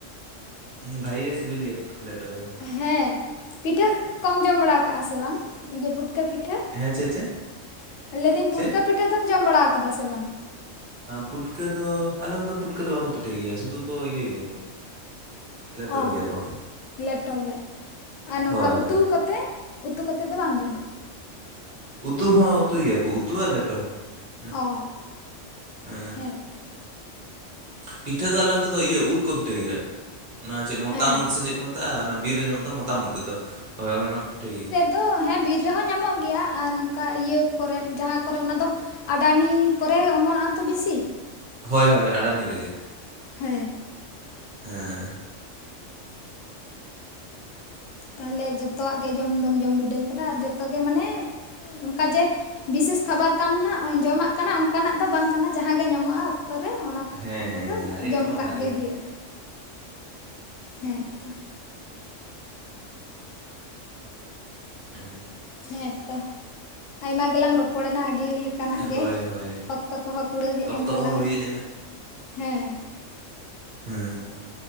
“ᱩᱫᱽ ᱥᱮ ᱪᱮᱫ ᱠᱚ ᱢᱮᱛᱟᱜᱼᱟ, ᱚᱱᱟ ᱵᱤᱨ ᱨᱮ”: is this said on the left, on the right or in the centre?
Right